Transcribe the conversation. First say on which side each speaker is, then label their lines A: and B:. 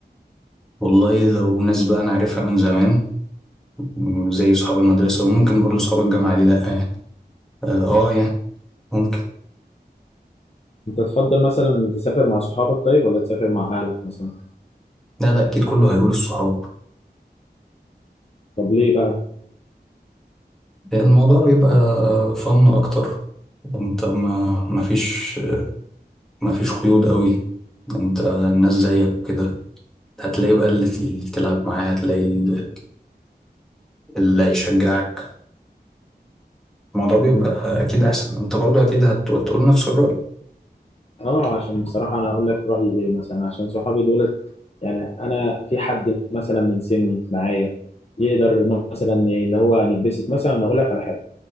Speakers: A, in the centre; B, on the left.
A: والله لو ناس بقى انا عارفها من زمان م، زي صحاب المدرسة وممكن برضه صحاب الجامعة ليه لأ يعني اه اه يعني ممكن
B: انت تفضل مثلا تسافر مع صحابك طيب ولا تسافر مع اهلك مثلا
A: لا لا اكيد كله هيقول الصحاب
B: طب ليه بقى
A: الموضوع بيبقى فن اكتر انت ما ما فيش ما فيش قيود قوي انت الناس زيك وكده هتلاقي بقى اللي تل- تلعب معاه هتلاقي اللي اللي هيشجعك الموضوع بيبقى
B: مم.
A: اكيد احسن انت برضو اكيد هتقول تقول نفس الرأي
B: اه عشان بصراحة انا هقول لك رأيي ليه مثلا عشان صحابي دولت يعني انا في حد مثلا من سني معايا يقدر مثلا اللي هو نتبسط مثلا أنا اقول لك على حاجة